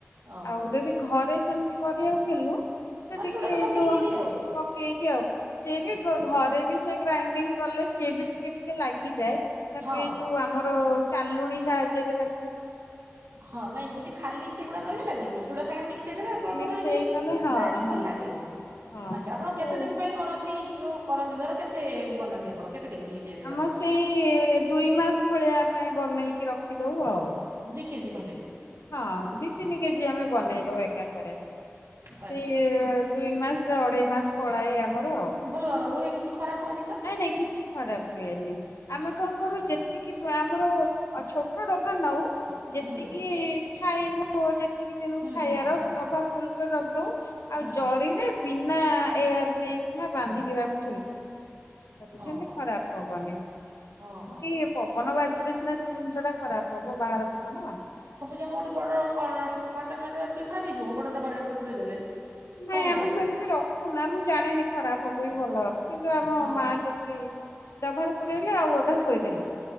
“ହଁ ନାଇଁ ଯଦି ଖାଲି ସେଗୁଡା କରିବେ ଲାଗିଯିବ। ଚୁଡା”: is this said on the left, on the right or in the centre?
Right